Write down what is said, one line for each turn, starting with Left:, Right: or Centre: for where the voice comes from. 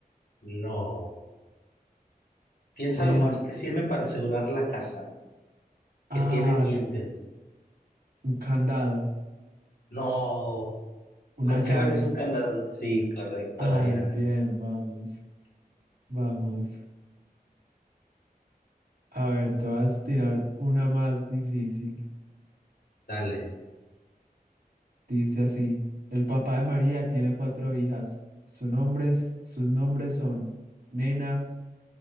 Left: No. Piensa
Right: Es,
Left: lo más que sirve para asegurar la casa,
Right: ah,
Left: que tiene dientes.
Right: un candado,
Left: No.
Right: una
Left: ¿Con
Right: llave.
Left: qué abres un candado? Sí, correcto,
Right: Ay,
Left: la llave.
Right: bien, vamos, vamos. A ver, te vas a tirar una más difícil.
Left: Dale.
Right: Dice así, el papá de María tiene cuatro hijas. Sus nombres, sus nombres son Nena,